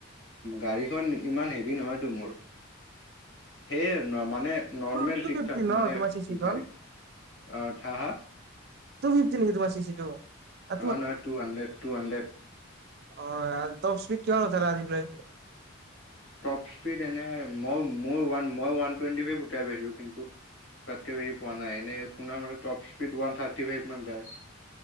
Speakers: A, on the left; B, on the right.
A: গাড়ীখন ইমান হেভি নহয় টো মোৰ সেইয ন' মানে নৰ্মেল
B: ত ত
A: ঠিক
B: ফিফ্তি
A: ঠাক
B: ন
A: মানে
B: তোমাৰ চিচি কন
A: গাড়ী অ হা হা
B: তু ফিফ্তি নেকি তোমাৰ চিচিটো <unintelligible>
A: নহয় নহয় টু হাণ্ড্ৰেড টু হাণ্ড্ৰেড
B: অ', <unintelligible> কিয় নোঠালা <unintelligible>
A: টপ স্পীড এনে মই মোৰ ওৱান মই ওৱান টুৱেন্টি ফ্ৰাইভ উঠাই পাইছোঁ। কিন্তু তাতকে বেছি পোৱা নাই, এনে শুন মতে top speed one thirty five মান যায়।